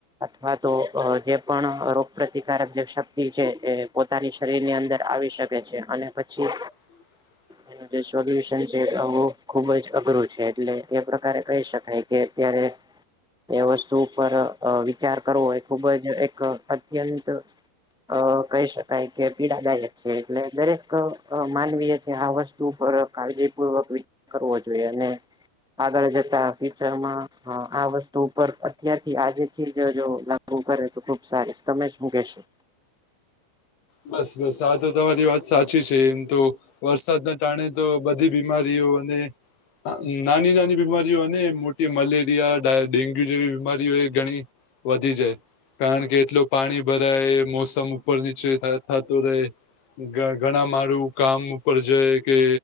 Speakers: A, in the centre; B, on the left.
A: અથવા તો અ જે પણ રોગપ્રતિકારક જે શક્તિ છે એ પોતાની શરીરની અંદર આવી શકે છે અને પછી
B: <inaudible>
A: એનું જે સોલ્યુશન છે <unintelligible> ખૂબ જ અઘરો છે એટલે એ પ્રકારે કહી શકાય કે અત્યારે એ વસ્તુ ઉપર અ વિચાર કરવો એ ખૂબ જ એક અત્યંત અ કહી શકાય કે પીડાદાયલક છે એટલે દરેક અ માનવીય છે આ વસ્તુ ઉપર કાળજીપૂર્વક વી કરવો જોઈએ અને આગળ જતા ફ્યુચરમાં અ આ વસ્તુ ઉપર ત્યારથી આજેથી જ જો લાગુ કરે તો ખુબ સારી, તમે જ શું કેસો?
B: બસ બસ આ તો તમારી વાત સાચી છે એમ તો વરસાદના ટાણે તો બધી બીમારીઓ અને નાની નાની બીમારીઓ અને મોટી મલેરિયા ડા ડેન્ગ્યુ જેવી બીમારીઓ એ ઘણી વધી છે. કારણ કે, એટલું પાણી ભરાય, મોસમ ઉપર નીચે અ થાતું રહે ઘ ઘણા મારુ કામ ઉપર જાય કે